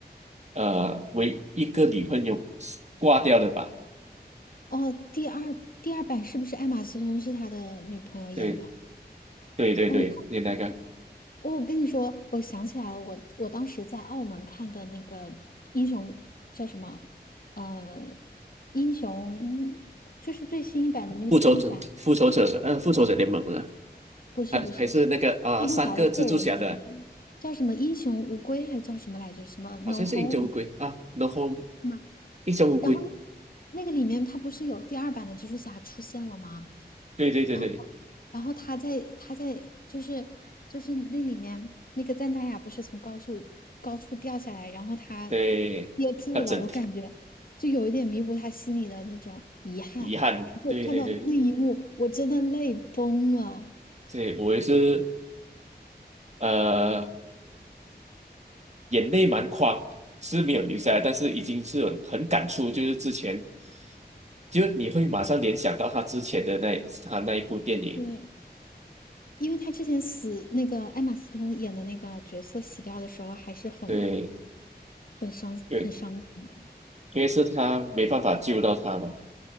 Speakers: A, on the right; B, on the left.
A: 呃，为一个女朋友挂掉的吧？
B: 哦，第二第二版是不是艾玛斯通是他的女朋友演的？
A: 对对对对，
B: 哦，
A: 你那个
B: 哦我跟你说，我想起来了，我我当时在澳门看的那个英雄叫什么？呃，英雄就是最新一版的那个蜘蛛侠，
A: 复仇者复仇者嗯、呃复仇者联盟了，
B: 不是不是，
A: 还还是那个啊、
B: 蜘蛛侠的个人电影叫什么？
A: 呃三个蜘蛛侠的，
B: 英雄无归还叫什么来着？什么
A: 好像是英雄乌龟啊然后
B: No Home
A: h o
B: 吗？
A: 英雄乌龟，
B: 然后那个里面他不是有第二版的蜘蛛侠出现了吗？
A: 对对对对
B: 然后，然后他在他在就是就是那里面那个赞达亚不是从高处高处掉下来，然后他
A: 对，
B: 噎住了，
A: 他整
B: 我感觉就有一点弥补他心里的那种遗憾。
A: 遗憾，
B: 然后我看到那一幕，
A: 对对对
B: 我真的泪崩了。
A: 对，我也是呃眼泪蛮眶是没有留下来，但是已经是很很感触，就是之前就你会马上联想到他之前的那他那一部电影。
B: 对，因为他之前死那个艾玛斯通演的那个角色死掉的时候，还是很
A: 对，
B: 很伤很伤感的。
A: 对，因为是他没办法救到他嘛，